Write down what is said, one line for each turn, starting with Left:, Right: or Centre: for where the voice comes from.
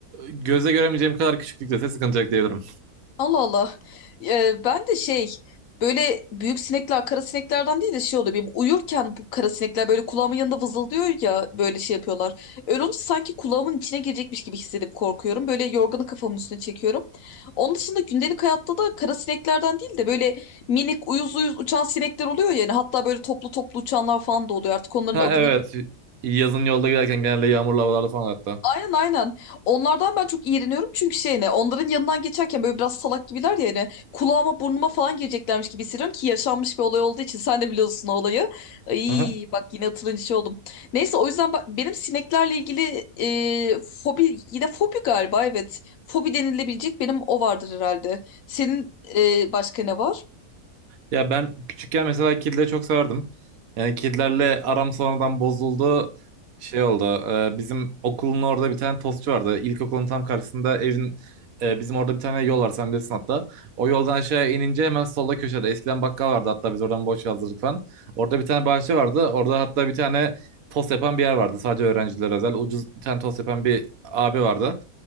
Right: göze göremeyeceğim kadar küçüklükte sıkıntı yok diyebilirim.
Left: Allah Allah. Ee, ben de şey böyle büyük sinekler kara sineklerden değil de şey oluyor. Benim uyurken bu kara sinekler böyle kulağımın yanında vızıldıyor ya böyle şey yapıyorlar. Öyle olunca sanki kulağımın içine girecekmiş gibi hissedip korkuyorum. Böyle yorganı kafamın üstüne çekiyorum. Onun dışında gündelik hayatta da kara sineklerden değil de böyle minik uyuz uyuz uçan sinekler oluyor yani. Hatta böyle toplu toplu uçanlar falan da oluyor. Artık onların
Right: Ha
Left: adını...
Right: evet. Yazın yolda giderken genelde yağmurlu havalarda falan hatta.
Left: Aynen aynen. Onlardan ben çok iğreniyorum çünkü şey ne onların yanından geçerken böyle biraz salak gibiler ya hani kulağıma burnuma falan gireceklermiş gibi hissediyorum ki yaşanmış bir olay olduğu için sen de biliyorsun o olayı. Ay
Right: Aha.
Left: bak yine hatırlayınca şey oldum. Neyse o yüzden ba- benim sineklerle ilgili e, fobi yine fobi galiba evet. Fobi denilebilecek benim o vardır herhalde. Senin e, başka ne var?
Right: Ya ben küçükken mesela kedileri çok severdim. Yani kedilerle aram sonradan bozuldu. Şey oldu. e, bizim okulun orada bir tane tostçu vardı. İlkokulun tam karşısında evin e, bizim orada bir tane yol var sen bilirsin hatta. O yoldan aşağıya inince hemen solda köşede. Eskiden bakkal vardı hatta biz oradan boş yazdırdık falan. Orada bir tane bahçe vardı. Orada hatta bir tane tost yapan bir yer vardı. Sadece öğrencilere özel. Ucuz bir tane tost yapan bir abi vardı.